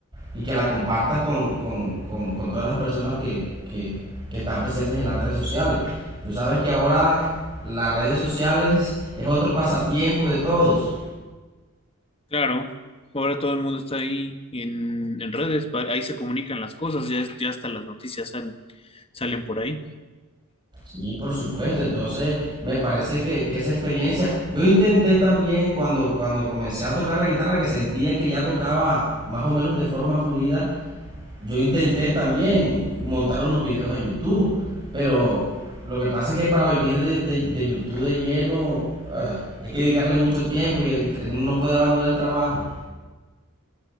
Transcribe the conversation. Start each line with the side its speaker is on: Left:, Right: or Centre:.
Right: y que la compartas con, con, con, con todas las personas que, que, que están presentes en las redes sociales. Tú sabes que ahora las redes sociales es otro pasatiempo de todos.
Left: Claro, ahora todo el mundo está ahí en, en redes, pa- ahí se comunican las cosas, ya, ya hasta las noticias salen, salen por ahí.
Right: Y por supuesto, entonces me parece que, que esa experiencia, yo intenté también cuando, cuando comencé a tocar la guitarra, que sentía que ya tocaba más o menos de forma fluida, yo intenté también montar unos videos a YouTube, pero lo que pasa es que para vivir de, de- de YouTube de lleno, ah, hay que dedicarle mucho tiempo y el, uno no puede abandonar el trabajo.